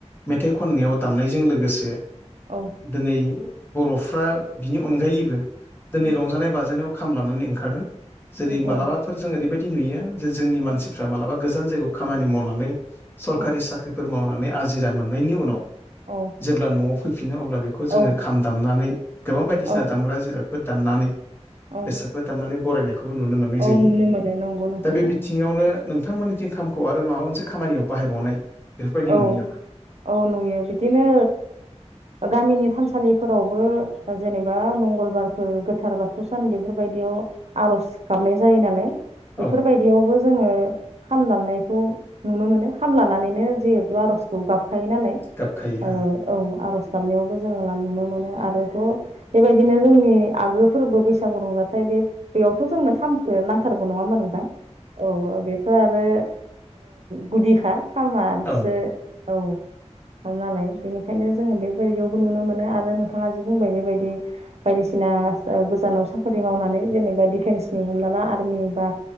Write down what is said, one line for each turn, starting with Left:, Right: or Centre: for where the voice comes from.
Left: मेथाइ खननायाव दामनायजों लोगोसे
Right: औ
Left: दिनै बर'फ्रा बिनि अनगायैबो दिनै
Right: उम
Left: रंजानाय बाजानायाव खाम लानानै ओंखारदों। जेरै
Right: उम
Left: मालाबाफोर
Right: औ
Left: जों ओरैबायदि नुयो जे जोंनि मानसिफ्रा
Right: औ
Left: मालाबा गोजान जायगायाव खामानि मावनानै सरखारि
Right: औ
Left: साख्रिफोर मावनानै आजिरा मोननायनि उनाव
Right: औ
Left: जेब्ला न'आव फैफिनो अब्ला बेखौ
Right: औ
Left: जोङो खाम दामनानै गोबां बायदिसिना
Right: औ
Left: दामग्रा जिराद फोर दामनानै
Right: औ
Left: बेसादफोर दामनानै बरायनायखौबो नुनो मोननाय
Right: औ
Left: जायो।
Right: नुनो मोनो नंगौ नोंथां
Left: दा बे
Right: ओं
Left: बिथिङावनो
Right: नंगौ
Left: नोंथांमोननि थिं खामखौ आरो माबा मोनसे खामानियाव बाहायबावनाय। बेफोरबायदि
Right: औ
Left: नुयो नामा?
Right: औ नुयो बिदिनो गामिनि। थानसालिफोरावबो जेनेबा मंगलबारफोर गोथार बाथौ सान बेफोरबायदियाव आरज। ज गाबनाय जायो नालाय। बेफोरबायदियावबो
Left: औ
Right: जोंङो खाम दामनायखौ नुनो मोनो खाम लानानैनो। जिहेथु आरजखौ गाबखायो नालाय
Left: गाबखायो
Right: औ
Left: ओं
Right: आरज। आरज गाबनायावबो जोंङो नुनो मोनो आरोथ बेबायदिनो जोंनि आगु फोरबो बैसागु रंजाथाइ। बे बेयावथ जोंनो खामखौ नांथारगौ नङा होमबा नोंथां औ बेथ आरो। गुदिखा खामा।
Left: औ।
Right: औ। नालाय बेनिखायनो जोंङो बेबायदियावबो नुनो मोनो आरो नोंथाङा जि बुंबाय बेबायदि बायदिसिना। गोजानाव साख्रि मावनानै जेनेबा डिफेन्सनि हमना ला आर्मि बा।